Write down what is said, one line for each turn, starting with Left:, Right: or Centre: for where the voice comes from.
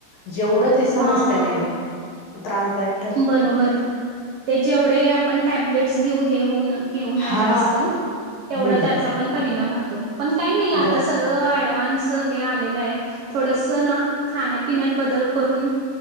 Left: जेवढं ते समस्या
Right: हां
Left: नाही त्रासदाय
Right: बरोबर ते जेवढे आपण टॅबलेट्स घेऊ हे होऊन. घेऊ ना
Left: हा
Right: जास्त तेवढं
Left: हम्म
Right: त्याचा पण परिणाम होतो, पण आता काही नाही
Left: बरोबर
Right: सगळं ॲडव्हांस चं हे आलेलं आहे, थोडस ना खाण्यापिण्यात बदल करून